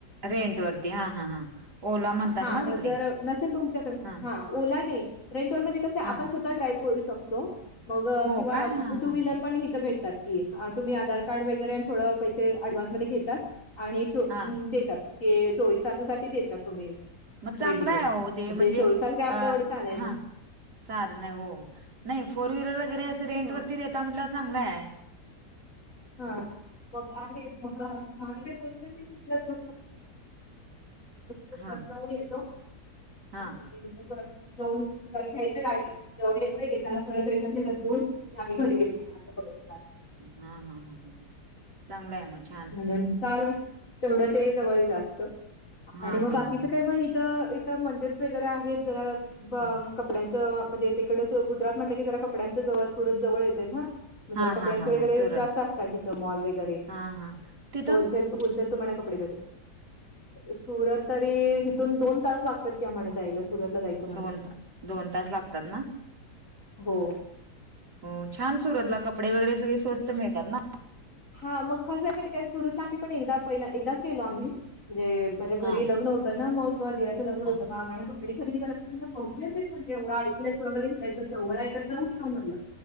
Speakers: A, on the right; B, on the left.
A: रेंट वरती हां हां हां, ओला म्हणतात
B: हां,
A: ना
B: मग
A: तिकडे
B: जर नसेल तुमच्याकडे
A: हा.
B: हां, ओला नाही. रेंटवर म्हणजे कसं आहे,
A: हा
B: आपण स्वतः ड्राइव्ह करू शकतो मग
A: हो
B: किंवा
A: काय हा
B: टू
A: हा
B: व्हीलर
A: ह
B: पण इथं भेटतात की, तुम्ही आधार कार्ड वगैरे आणि थोडं पैसे अडव्हान्स मध्ये घेतात आणि चो
A: हा
B: देतात, हे चोवीस तासासाठी देतात. तुम्ही
A: मग चांगला
B: रेंट घेऊन.
A: आहे, आहो ते.
B: मग
A: म्हणजे
B: तास काय
A: अ
B: आपल्या एवढंच आलंय
A: हा
B: मग.
A: चाल नाही. हो, नाही फोर व्हीलर वगैरे असं रेंट
B: हं,
A: वरती देता म्हटलं चांगलं आहे.
B: हा, मग आहे <unintelligible> हा, इथं बोलले मी. तु <unintelligible>
A: हा
B: जाऊन येतो.
A: हा
B: <unintelligible> जाऊन दुपारी खायचं गाडीत, जाऊन यायचं येताना परत रिटन देतात जेवून की आम्ही घरी गेलतो <unintelligible>
A: हा हा हा हा, चांगला आहे म्हज
B: म्हणून चालू आहे, तेवढं ते जवळ जास्तं
A: हा
B: आणि मग
A: हा
B: बाकीचं
A: हा ह
B: काय मग इथं, इथं मंदिर्स वगैरे आहेत जरा ब
A: हा
B: कपड्यांचं तसं म्हणजे तिकडं गुजरात म्हटलं की, जरा कपड्यांच जवळ सुरत जवळ येते ना? म्हणजे
A: हा
B: कपड्यांचे
A: हा हा
B: वगैरे
A: हा सुरत
B: जास्त असतात, इथं मॉल वगैरे
A: हा हा. ते
B: होलसेल, त होलसेल तोमेन कपडे बेचे सुरत तरी हिथून दोन तास लागतात की, आम्हांना जायला सुरतला जायचं म्हटलं
A: दोन,
B: तर
A: दोन तास लागतात ना?
B: हो
A: हो, छान सुरतला कपडे वगैरे सगळे स्वस्त मिळतात ना?
B: हा, मग कसं आहे माहिती का? सुरतला आम्ही पण एकदा पहि एकदाच गेलो आम्ही म्हणजे माझ्या
A: हां,
B: घरी लग्न होत ना, मग दिराचं लग्न होतं
A: हां,
B: मा आम्हानी कपडे खरेदी कराय <unintelligible> तेवढं ऐकलं वगैरे हे काय इथं जवळ आहे का? जाऊन येवूया म्हणलं.